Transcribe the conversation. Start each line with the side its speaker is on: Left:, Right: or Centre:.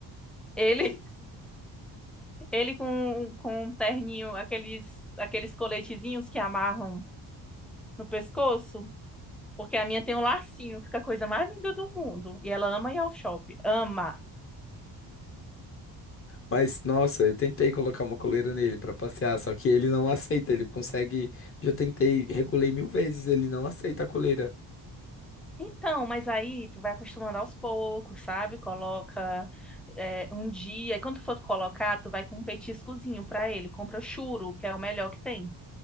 Centre: Ele, <laughs> ele com, com um terninho, aqueles, aqueles coletezinhos que amarram no pescoço, porque a minha tem um lacinho, fica a coisa mais linda do mundo. E ela ama ir ao shopping, ama.
Left: Mas, nossa, eu tentei colocar uma coleira nele pra passear, só que ele não aceita, ele consegue. Já tentei, regulei mil vezes, ele não aceita a coleira.
Centre: Então, mas aí tu vai acostumando aos poucos, sabe? Coloca é, um dia, e quando tu for colocar, tu vai com um petiscozinho pra ele. Compra churo, que é o melhor que tem.